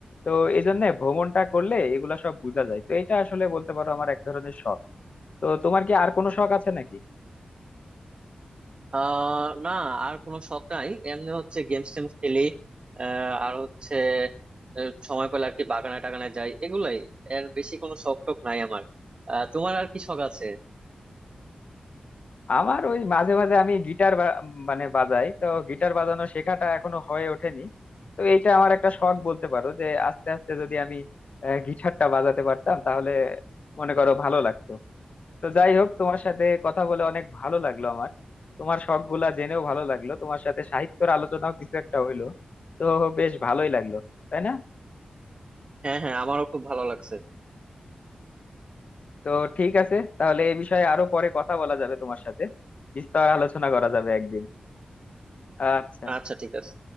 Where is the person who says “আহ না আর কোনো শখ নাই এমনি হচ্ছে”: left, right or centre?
Right